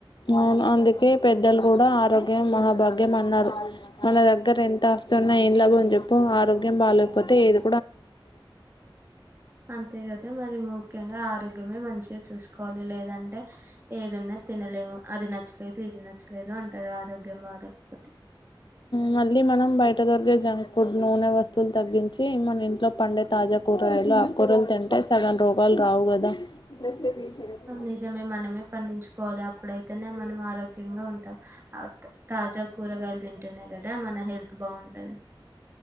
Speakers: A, on the left; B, on the right.
A: అవును అందుకే పెద్దలు కూడా ఆరోగ్యం మహాభాగ్యం అన్నారు మన దగ్గర ఎంత ఆస్తున్నా ఏం లాభం జెప్పు ఆరోగ్యం బాగలేకపోతే ఏదు
B: అంతే కదా మరి ముఖ్యంగా ఆరోగ్యమే మంచి చూసుకోవాలి లేదంటే ఏదన్నా తినలేము అది నచ్చలేదు ఇది నచ్చలేదు అంటారు ఆరోగ్యం బాధపోతే
A: మళ్ళీ మనం బయట దొరిగే జంక్ ఫుడ్ నూనె వస్తువులు తగ్గించి మన ఇంట్లో పండే తాజా కూరగాయలు కూరలు తింటే సగం రోగాలు రావు గదా ద విశరత్
B: నిజమే మనమే పండించుకోవాలి అప్పుడైతేనే మనం ఆరోగ్యంగా ఉంటాం ఆ త- తాజా కూరగాయలు తింటేనే కదా మన హెల్త్ బాగుంటది